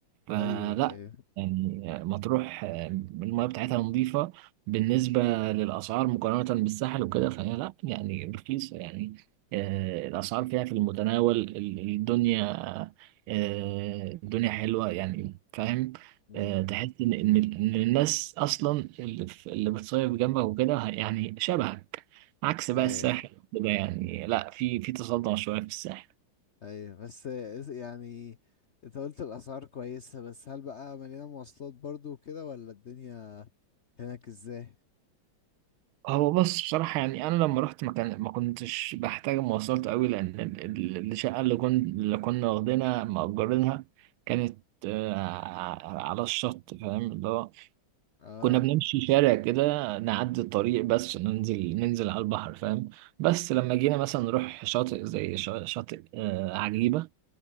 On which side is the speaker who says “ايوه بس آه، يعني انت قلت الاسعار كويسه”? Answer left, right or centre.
Left